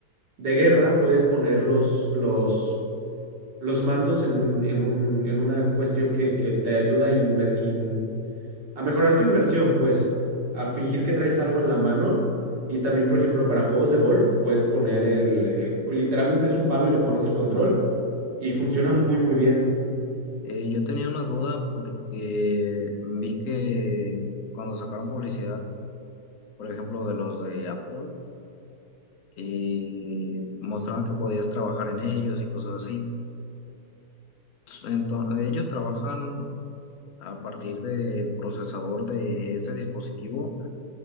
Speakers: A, on the right (about 85°); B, on the left (about 60°).
A: de guerra, puedes poner los, los, los mandos en un, en un, en una cuestión que, que te ayuda a, inmer- in- a mejorar tu inmersión, pues, a fingir que traes algo en la mano. Y también, por ejemplo, para juegos de golf, puedes poner el, eh, pues, literalmente es un palo y le pones el control y funciona muy, muy bien.
B: Eh, yo tenía una duda porque vi que cuando sacaron publicidad, por ejemplo, de los de Apple, eh, mostraban que podías trabajar en ellos y cosas así. Entonces, ¿ellos trabajan a partir del procesador de ese dispositivo